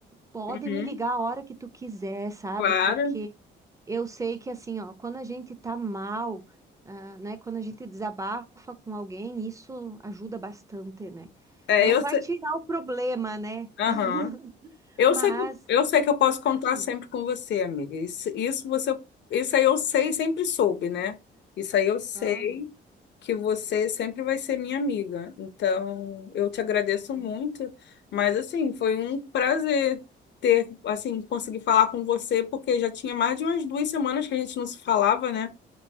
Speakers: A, on the right (about 15°); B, on the left (about 65°).
A: pode
B: Uhum,
A: me ligar a hora que tu quiser, sabe?
B: claro.
A: Porque eu sei que assim, ó, quando a gente tá mal, ah, né, quando a gente desabafa com alguém, isso ajuda bastante, né?
B: É,
A: Não
B: eu
A: vai
B: sei.
A: tirar o problema, né?
B: Aham.
A: <laughs>
B: Eu
A: Mas
B: sei que, eu sei que eu posso contar
A: ajuda.
B: sempre com você, amiga. Isso, isso você, isso aí eu sei, sempre soube, né? Isso aí eu sei
A: Ah,
B: que você sempre vai ser minha amiga. Então, eu te agradeço
A: é.
B: muito, mas assim, foi um prazer ter, assim, conseguir falar com você, porque já tinha mais de umas duas semanas que a gente não se falava, né?